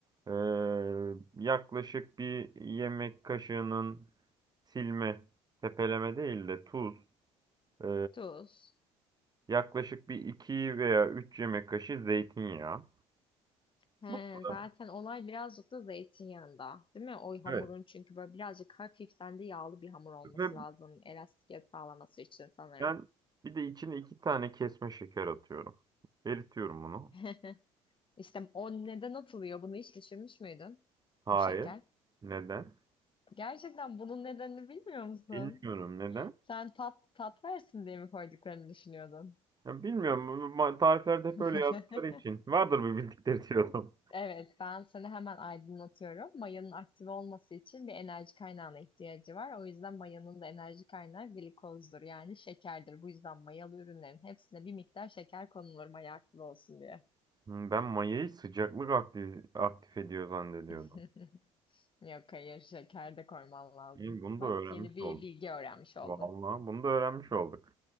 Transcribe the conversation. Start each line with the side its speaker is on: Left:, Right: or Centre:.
Right: e, yaklaşık bir yemek kaşığının silme, tepeleme değil de tuz. e,
Left: Tuz.
Right: yaklaşık bir 2 veya 3 yemek kaşığı zeytinyağı.
Left: He,
Right: Bu kadar.
Left: zaten olay birazcık da zeytinyağında, değil mi? O hamurun
Right: Evet.
Left: çünkü böyle birazcık hafiften de yağlı bir hamur olması
Right: Ve
Left: lazım. Elastikiyet sağlaması için sanırım.
Right: ben bir de içine 2 tane kesme şeker atıyorum. Eritiyorum bunu.
Left: <laughs> İşte o neden atılıyor? Bunu hiç düşünmüş müydün?
Right: Hayır.
Left: O şeker.
Right: Neden?
Left: Gerçekten bunun nedenini bilmiyor musun?
Right: Bilmiyorum neden.
Left: Sen tat tat versin diye mi koyduklarını düşünüyordun?
Right: Ya bilmiyorum. bu- bu Tariflerde hep
Left: <laughs>
Right: öyle yazdıkları için. Vardır bir bildikleri diyordum.
Left: Evet, ben seni hemen aydınlatıyorum. Mayanın aktif olması için bir enerji kaynağına ihtiyacı var. O yüzden mayanın da enerji kaynağı glikozdur yani şekerdir. Bu yüzden mayalı ürünlerin hepsine bir miktar şeker konulur maya aktif olsun diye.
Right: Hmm, Ben mayayı sıcaklık aktif, aktif ediyor zannediyordum.
Left: <laughs> Yok hayır şeker de koyman lazım.
Right: İyi, bunu
Left: Bak
Right: da öğrenmiş
Left: yeni bir
Right: olduk.
Left: bilgi öğrenmiş oldum.
Right: Vallahi bunu da öğrenmiş olduk.